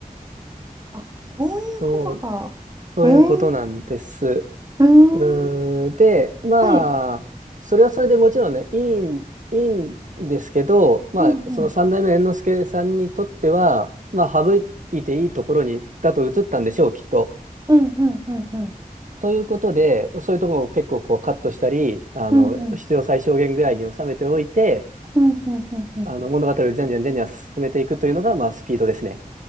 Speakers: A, on the right; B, on the right.
A: あ、そういうことか。
B: そう、そういうことなんです。
A: へえ。うーん。
B: うーで、まあ、
A: はい。
B: それはそれでもちろんね、いいん、いいんですけど、まあ、
A: うんうん。
B: その三代目猿之助さんにとっては、まあ、省いていいところに、だと映ったんでしょう、きっと。
A: うんうんうんうん。
B: ということで、そういうところを結構こうカットしたり、あの、
A: うんうん。
B: 必要最小限ぐらいに収めておいて、
A: うんうんうんうん。
B: あの、物語をじゃんじゃんじゃんじゃん進めていくというのが、まあ、スピードですね。